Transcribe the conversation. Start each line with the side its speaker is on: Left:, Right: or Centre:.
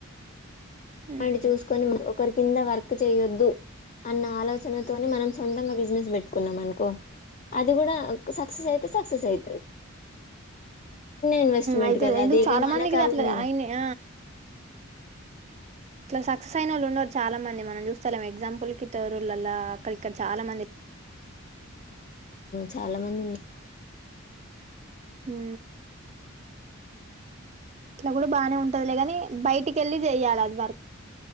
Right: ఉమ్
Left: వాంటి చూసుకొని ఒకరి కింద వర్క్ చేయొద్దు అన్న ఆలోచనతోని మనం సొంతంగా బిజినెస్ పెట్టుకున్నాం అనుకో అది కూడా సక్సెస్ అయితే సక్సెస్ అవుతు ఇన్వెస్ట్మెంట్
Right: అయితే
Left: కదా
Right: ఎందుకు
Left: అది ఇగ
Right: చాలా
Left: మన
Right: మందికి
Left: కాళ్ళ
Right: అట్ల
Left: మీద
Right: అయినయి అట్ల సక్సస్ అయిన వాళ్ళ ఉం చాలా మంది మనం చూస్తలేం ఎగ్జాంపుల్కి తరూలలా అక్కడ ఇక్కడ చాలా మంది లేరు
Left: చాలా మంది ఉన్నారు.
Right: హ్ ఇట్ల గుడా బానే ఉంటదిలే గని బయటికిల్లీ చెయ్యాలి అది వరకు